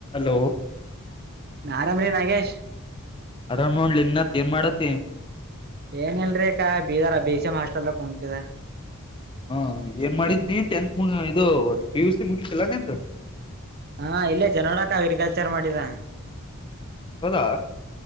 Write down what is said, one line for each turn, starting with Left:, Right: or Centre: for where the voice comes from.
Left: ಹಲೋ.
Right: ಆರಾಮ್ರೀ ನಾಗೇಶ್.
Left: ಅರಾಮ್ ನೋಡ ಲೇ ನತ್ ಏನ ಮಾಡತೀ.
Right: ಏನ್ ಇಲ್ರರಿಕಾ ಬೀದರ್ ಬಿ ಸಿ ಎಂ ಹಾಸ್ಟೆಲ್ದಾಗ ಕುಂತಿದ.
Left: ಹಾ ಏನ್ ಮಾಡಿದ್ದಿ ಟೆಂತ್ ಮು ಇದು ಪಿ ಯು ಸಿ ಮುಗಿಸಿಲ್ಲಾ ನಿಂದು.
Right: ಹಾ ಇಲ್ಲೇ ಜನೋಡಕ್ ಅಗ್ರಿಕಲ್ಚರ್ ಮಾಡಿದ.
Left: ಹೌದಾ.